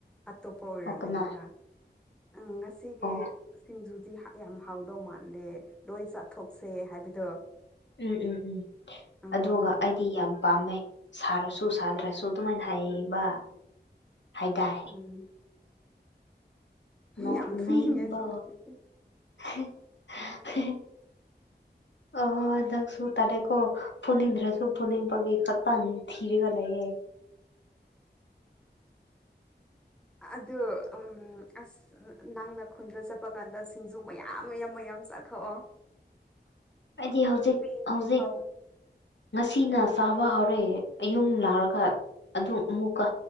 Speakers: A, in the centre; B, on the left.
A: ꯑꯇꯣꯞꯄ ꯑꯣꯏꯔꯝꯒꯅꯤꯗ꯫
B: ꯑꯣ ꯀꯅꯥ
A: ꯎꯝ ꯉꯁꯤꯒꯤ꯫
B: ꯑꯣ
A: ꯁꯤꯡꯖꯨꯗꯤ ꯌꯥꯝ ꯍꯥꯎꯗꯧ ꯃꯥꯟꯗ‌ꯦ ꯂꯣꯏ ꯆꯥꯊꯣꯛꯁꯦ ꯍꯥꯏꯕꯗꯣ꯫
B: ꯎꯝ ꯎꯝ ꯎꯝ
A: ꯑꯣ
B: ꯑꯗꯨꯒ꯫ ꯑꯩꯗꯤ ꯌꯥꯝ ꯄꯥꯝꯃꯦ ꯁꯥꯔꯁꯨ ꯁꯥꯗ꯭ꯔꯁꯨ ꯑꯗꯨꯃꯥꯏꯅ ꯍꯥꯏꯌ‌ꯦꯕ ꯍꯥꯏꯇꯥꯏ꯫
A: ꯎꯝ꯫
B: ꯅꯣꯛꯅꯤꯡꯕ
A: ꯌꯥꯝ ꯐꯨꯅꯤꯡꯉ‌ꯦ ꯑꯁꯤ ꯅꯨꯄꯤꯁꯤ꯫
B: <unintelligible> <unintelligible> ꯑꯣ ꯅꯪꯁꯨꯨ ꯇꯔꯦꯀꯣ ꯐꯨꯅꯤꯡꯗ꯭ꯔꯁꯨ ꯐꯨꯅꯤꯡꯕꯒꯤ ꯈꯛ ꯑ ꯊꯤꯔꯒ ꯂꯩꯌꯦ
A: ꯑꯗꯨ ꯎ ꯑꯁ ꯅꯪꯅ ꯈꯨꯟꯗ ꯆꯠꯄ ꯀꯥꯟꯗ ꯁꯤꯡꯖꯨ ꯃꯌꯥꯝ ꯃꯌꯥꯝ ꯃꯌꯥꯝ ꯆꯥꯊꯣꯛꯑꯣ
B: ꯑꯩꯗꯤ ꯍꯧꯖꯤꯛ
A: ꯄꯦꯟꯗ꯭ꯔꯤꯐꯥꯎ
B: ꯍꯧꯖꯤꯛ ꯉꯁꯤꯅ ꯆꯥꯕ ꯍꯧꯔꯛꯑꯦ ꯌꯨꯝ ꯂꯥꯛꯔꯒ ꯑꯗꯨ ꯑꯃꯨꯛꯀ